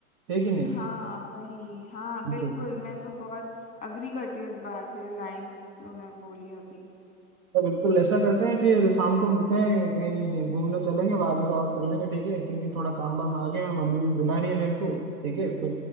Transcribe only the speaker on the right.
है कि नहीं
बिल्कुल
तो बिल्कुल ऐसा करते हैं फिर शाम को मिलते हैं कहीं घूमने चलेंगे बाद में तो और कर लेंगे ठीक है क्योंकि थोड़ा काम वाम आ गया है मम्मी भी बुला रही है मेरे को ठीक है फिर